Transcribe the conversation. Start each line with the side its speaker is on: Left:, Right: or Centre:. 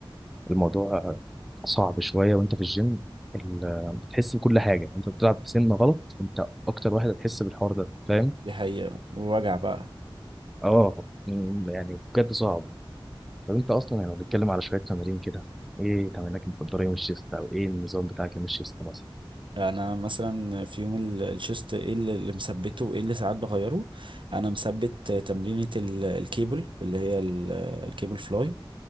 Centre: الموضوع صعب شوية وأنت في الجيم ال- بتحس بكل حاجة أنت بتلعب بسن غلط أنت أكتر واحد هتحس بالحوار ده فاهم؟
Right: دي حقيقه ووجع بقى
Centre: أه م- يعني بجد صعب طب أنت أصلا يعني لو بنتكلم على شوية تمارين كده إيه تمارينك المفضلة يوم الشيست أو إيه النظام بتاعك يوم الشيست مثلا
Right: انا مثلا في يوم ال- الشيست ايه اللي اللي مثبته وايه اللي ساعات بغيره انا مثبت تمرينة ال- الكيبل اللي هي ال- الكيبل فلاي